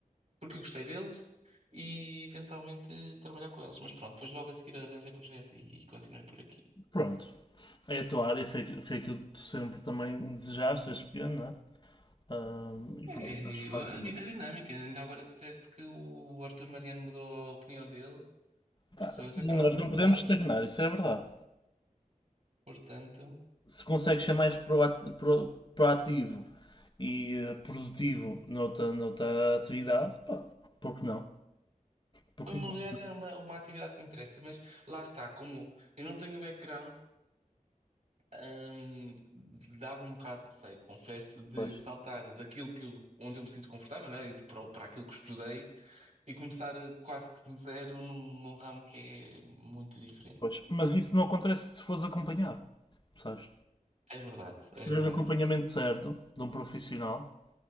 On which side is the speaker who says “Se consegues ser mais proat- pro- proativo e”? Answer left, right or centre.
Left